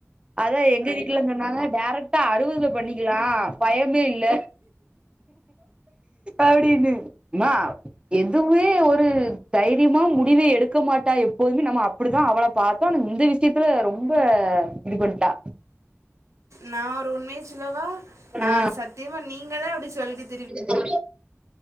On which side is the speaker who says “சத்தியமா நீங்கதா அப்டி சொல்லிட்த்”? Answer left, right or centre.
Right